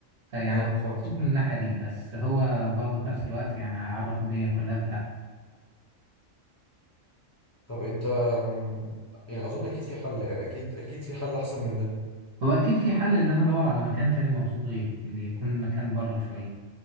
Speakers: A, on the right; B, on the left.
A: فيعني
B: اه
A: هو
B: فهمت
A: مبسوط من الناحية دي بس هو برضه في نفس الوقت يعني هيعرف الدنيا كلها فلا
B: طب انت أم، يعني اظن اكيد في حل يعني اكيد اكيد في حل احسن من ده
A: هو أكيد في حل إن أنا أدور على مكان تاني موثوق غيره اللي يكون مكان بره شوية